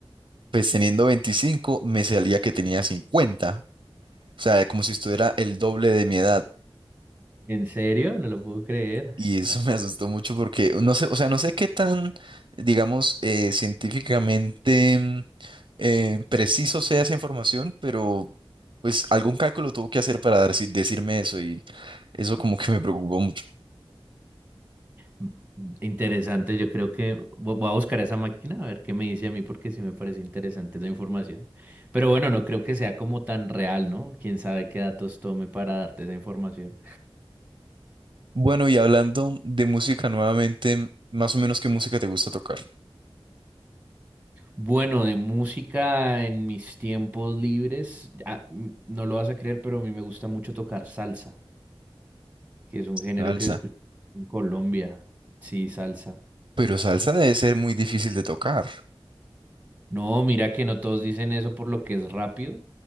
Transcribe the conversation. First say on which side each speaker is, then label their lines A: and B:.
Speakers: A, on the right; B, on the right.
A: Pues teniendo 25 me salía que tenía cincuenta O sea, como si estuviera el doble de mi edad.
B: ¿En serio? No lo puedo creer.
A: Y eso <laughs> me asustó mucho porque no sé, o sea, no sé qué tan, digamos, eh, científicamente mm, eh, preciso sea esa información, pero pues algún cálculo tuvo que hacer para dar- decirme eso y eso como que me preocupó mucho.
B: M- Interesante, yo creo que vo- voy a buscar esa máquina a ver qué me dice a mí porque sí me parece interesante esa información. Pero bueno, no creo que sea como tan real, ¿no? Quién sabe qué datos tome para darte esa información.
A: Bueno, y hablando de música nuevamente, más o menos qué música te gusta tocar.
B: Bueno, de música en mis tiempos libres, ah, m- no lo vas a creer, pero a mí me gusta mucho tocar salsa. que es un género
A: Salsa.
B: que escucho en Colombia. Sí, salsa.
A: Pero salsa debe ser muy difícil de tocar.
B: No, mira que no todos dicen eso por lo que es rápido.